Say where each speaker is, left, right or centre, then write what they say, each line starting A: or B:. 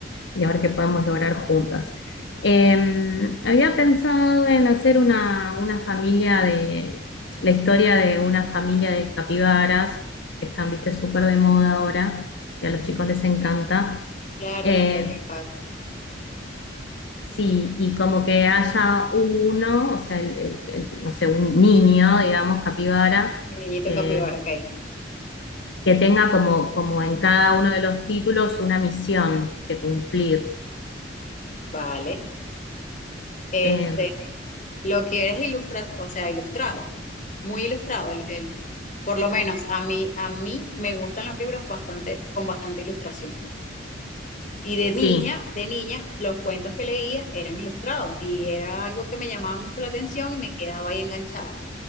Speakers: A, on the left (about 75°); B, on the left (about 40°).
A: y a ver qué podemos lograr juntas. Eh, había pensado en hacer una, una familia de, la historia de una familia de capibaras que están, viste, súper de moda ahora y a los chicos les encanta.
B: Claro,
A: Eh,
B: les puedo llevar.
A: Sí, y como que haya uno, o sea, el- el- el, no sé, un niño, digamos, capibara,
B: Mi niñito
A: que,
B: capibara, ok,
A: que tenga como, como en cada uno de los títulos una misión que cumplir.
B: vale. este.
A: Eh,
B: Lo que eres ilustrado, o sea, ilustrado, muy ilustrado. El, el- por lo menos a mí, a mí me gustan los libros bastante, con bastante ilustración. Y de
A: sí,
B: niña, de niña, los cuentos que leía eran ilustrados y era algo que me llamaba mucho la atención y me quedaba ahí enganchada.